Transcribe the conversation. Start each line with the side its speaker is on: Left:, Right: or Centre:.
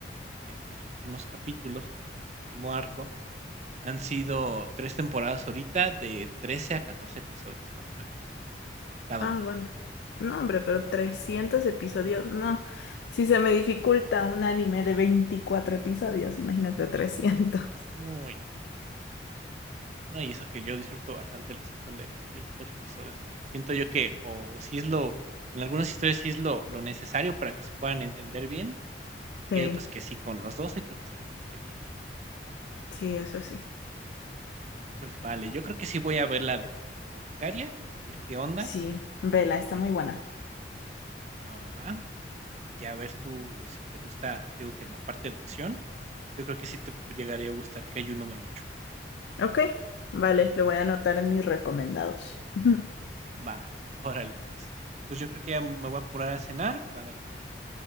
Right: de estos últimos capítulos, o bueno, de este último arco, han sido tres temporadas ahorita de 13 a 14 episodios más o menos, cada
Left: Ah,
Right: una.
Left: bueno. No, hombre, pero 300 episodios. No, si se me dificulta un anime de 24 episodios, imagínate trescientos
Right: Uy, no. No, y eso que yo disfruto bastante los que son de 24 episodios. Siento yo que, o si es lo, en algunas historias sí es lo, lo necesario para que se puedan entender bien, y
Left: <laughs> Sí,
Right: hay otras que sí, con los 12 creo que están más que bien.
Left: sí, eso sí.
Right: Pues vale, yo creo que sí voy a ver la de la de boticaria, a ver qué onda,
Left: Sí, vela, está
Right: que
Left: muy buena.
Right: va, va, va, y a ver tú si te gusta, digo que la parte de acción, yo creo que sí te llegaría a gustar que hay un número ocho
Left: Ok, vale, lo voy a anotar en mis recomendados. <laughs>
Right: Va, <laughs> órale pues. Pues yo creo que ya me voy a apurar a cenar para que